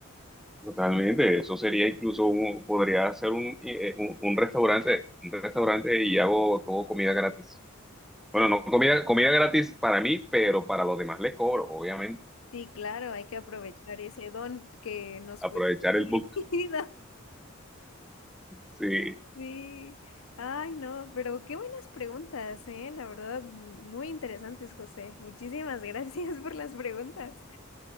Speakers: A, in the centre; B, on the left (about 80°).
A: Totalmente, eso sería incluso un, podría ser un, eh, eh, un, un restaurante, un restaurante y hago todo comida gratis. Bueno, no comida, comida gratis para mí, pero para los demás les cobro, obviamente.
B: Sí, claro, hay que aprovechar ese don que nos
A: Aprovechar
B: fue concedido.
A: el book.
B: <laughs>
A: Sí,
B: Sí. Ay, no, pero qué buenas preguntas, ¿eh? La verdad, muy interesantes, José. Muchísimas <laughs> gracias por las preguntas.